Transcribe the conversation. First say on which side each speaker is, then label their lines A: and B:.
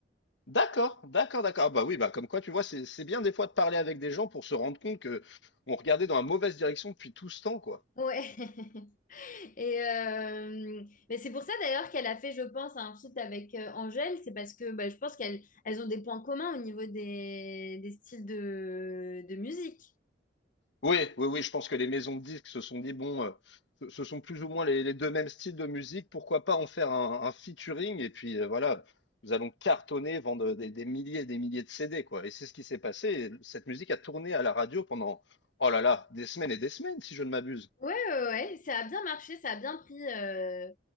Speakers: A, on the left; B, on the left.
A: D'accord, d'accord, d'accord. Ah bah oui, bah comme quoi, tu vois, c'est, c'est bien des fois de parler avec des gens pour se rendre compte que on regardait dans la mauvaise direction depuis tout ce temps, quoi.
B: Ouais. <laughs> Et euh, mais c'est pour ça d'ailleurs qu'elle a fait, je pense, un feat avec euh, Angèle. C'est parce que bah, je pense qu'elles elles ont des points communs au niveau des, des styles de, de musique.
A: Oui, oui, oui, je pense que les maisons de disques se sont dit, bon, euh, ce ce sont plus ou moins les, les deux mêmes styles de musique, pourquoi pas en faire un, un featuring et puis euh, voilà, nous allons cartonner, vendre des, des milliers et des milliers de CD, quoi. Et c'est ce qui s'est passé. et Cette musique a tourné à la radio pendant, oh là là, des semaines et des semaines, si je ne m'abuse.
B: Ouais, ouais, ouais, ça a bien marché, ça a bien pris euh,